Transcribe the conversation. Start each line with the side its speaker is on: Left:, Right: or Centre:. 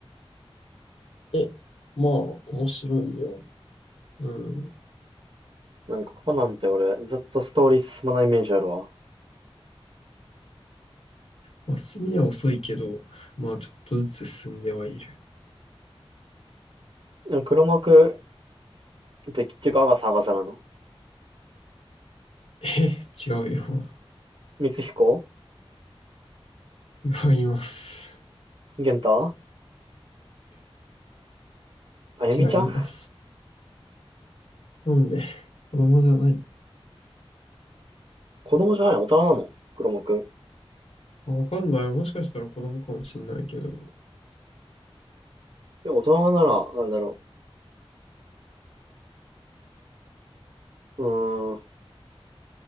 Left: え、まあ、面白いよ。うん。
Right: なんかコナンって俺、ずっとストーリー進まないイメージあるわ。
Left: まあ、進みは遅いけど、まあ、ちょっとずつ進んではいる。
Right: でも黒幕で、結局、アガサ、アガサなの
Left: え、違うよ。
Right: 光彦
Left: 違います。
Right: 玄太あゆみちゃん
Left: 違います。なんで、子供じゃない。
Right: 子供じゃない大人なの黒幕。
Left: あわかんない。もしかしたら子供かもしんないけど。
Right: で、大人なら、なんだろう。うーん、